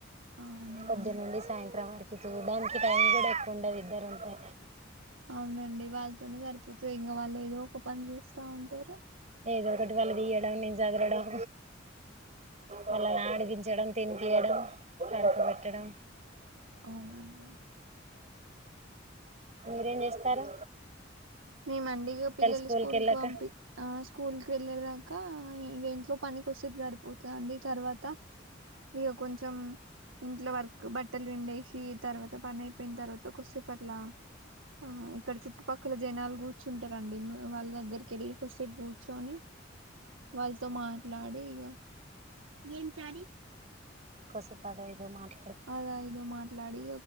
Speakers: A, on the right; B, on the right.
A: అవునండి
B: పొద్దునుండి సాయంత్రం వరకు చూడడానికి టైం కూడా ఎక్కువ ఉండదు ఇద్దరు ఉంటె
A: అవునండి వాళ్ళతోనే సరిపోతుంది ఇంకా వాళ్ళు ఏదో ఒక పని చేస్తా ఉంటారు
B: ఏదో ఒకటి వాళ్ళు తీయడం నిను జదరడం వాళ్ళని ఆడిపించడం తిని పియ్యడం పడుకో పెట్టడం
A: అవునండి
B: మీరేం చేస్తారు
A: నీనా అండి ఇగ పిల్లలు
B: స్కూల్కి
A: స్కూల్
B: వెళ్ళాక
A: కి పంపి ఆ స్కూల్ కి వెళ్ళాడు దాకా ఇంకా ఇంట్లో పనికి వస్తది పడిపొయింది అండి తర్వాత ఇక కొంచెం ఇంట్లో వరకు బట్టలు పిండేసి తర్వాత పని అయిపోయిన తర్వాత కొసేపుఅట్లా ఆహా ఇక్కడ చుట్టుపక్కల నాలుగు కూర్చుంటారండి వాళ్ళ దగ్గరికి వెళ్ళి కొసేపు కూర్చొని వాళ్ళతో మాట్లాడి ఇగ ఏం శారి
B: కొసెపు అదో ఇదో మాట్లా
A: అదా ఇదొ మాట్ ట్లాడి